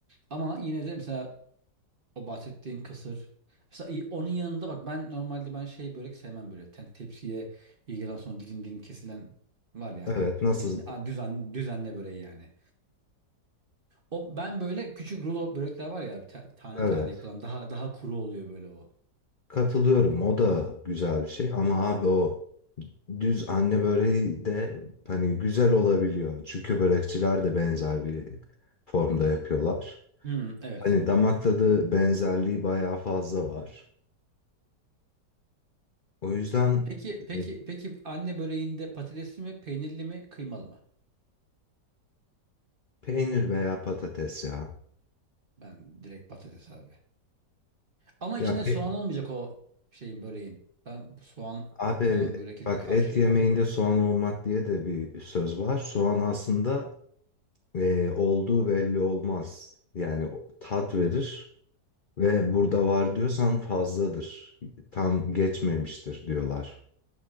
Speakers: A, on the right; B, on the left.
A: Ama yine de mesela o bahsettiğin kısır. Mesela i- onun yanında bak ben normalde ben şey börek sevmem böyle. Ten, tepsiye ilgilen sonra dilim dilim kesilen var yani.
B: Evet nasıl?
A: Bildiğin a, düzen, düzenle böreği yani. O ben böyle küçük rulo börekler var ya ta- tane
B: Evet.
A: tane yapılan daha daha kuru oluyor böyle o.
B: Katılıyorum. O da güzel bir şey ama abi o düz anne böreği de hani güzel olabiliyor. Çünkü börekçiler de benzer bir formda yapıyorlar.
A: Hmm, evet.
B: Hani damak tadı benzerliği bayağı fazla var. O yüzden
A: Peki peki
B: e,
A: peki anne böreğinde patatesli mi, peynirli mi, kıymalı mı?
B: peynir veya patates ya.
A: Ben direkt patates abi. Ama
B: Ya
A: içinde
B: pe-
A: soğan olmayacak o şeyin böreğin. Ben soğan
B: abi
A: konan börekin
B: bak
A: karşıyım.
B: et yemeğinde soğan olmak diye de bir söz var. Soğan aslında e, olduğu belli olmaz. Yani o- tat verir. Ve burada var diyorsan fazladır. Tam geçmemiştir diyorlar.